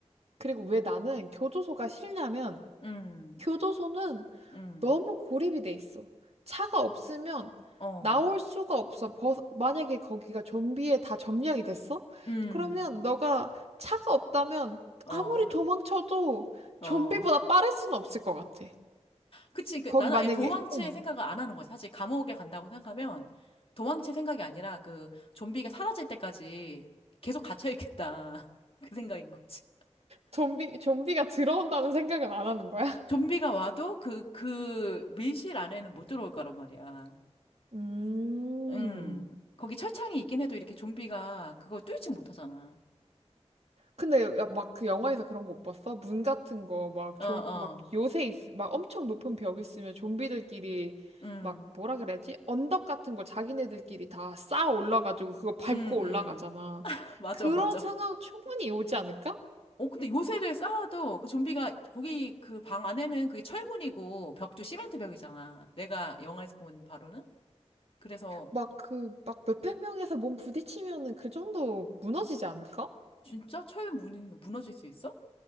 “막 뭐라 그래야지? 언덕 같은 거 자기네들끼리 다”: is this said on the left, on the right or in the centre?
Right